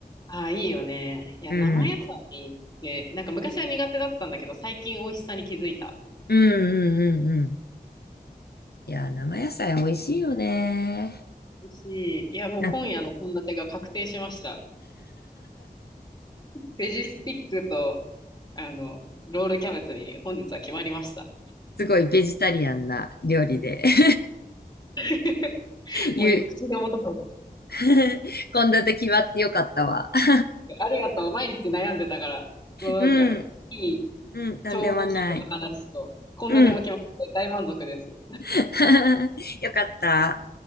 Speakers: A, on the left; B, on the left.
A: ああ、いいよね。いや、
B: うん。
A: 生野菜って、なんか昔は苦手だったんだけど、最近美味しさに気づいた。
B: うんうんうんうん。いや、生野菜美味しいよね。
A: 美味しい。いや、もう今夜の献立が確定しました。
B: なん <laughs> か
A: ベジスティックと、あの、ロールキャベツに本日は決まりました。
B: すごいベジタリアンな料理で <laughs>
A: <laughs>
B: 言う
A: もう今、口でもとも
B: <laughs> 献立決まってよかったわ。<laughs>
A: てありがとう。毎日悩んでたから、もうなんか、
B: うん、
A: いい
B: うん、なんでもない。
A: 調理器具の話と、献立も決まって大満足です。
B: うん。<laughs> よかった。